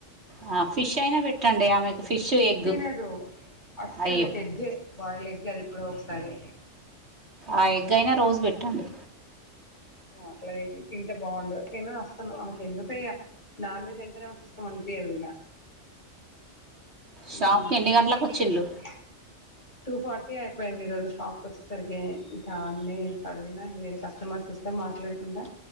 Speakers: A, on the right; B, on the left.
A: ఆ, ఫిష్ అయినా పెట్టండి ఆమెకు ఫిష్ ఎగ్
B: తినదు అసలు
A: అయ్యో
B: ఒక ఎగ్ ఏ బాయిల్డ్ ఎగ్ అది ఎప్పుడో ఒకసారి
A: ఆ ఎగ్ అయినా రోజు పెట్టండి
B: ఓ అట్ల తింటే బాగుండు తినదు అస్సలు అమెకు ఎందుకో ఇగ నాన్ వెజ్ అంటనే ఆమెకు ఇష్టం అనిపియ్యదు ఇగా ఊమ్
A: షాప్కి ఎన్ని గంటలకు వచ్చిండ్లు
B: టూ ఫార్టీ అయిపోయింది ఈరోజు షాప్కి ఒచ్చేసరికి ఇంకా అన్ని చదివిన వేరే కస్టమర్స్ ఒ స్తే మాట్లాడుకుంటా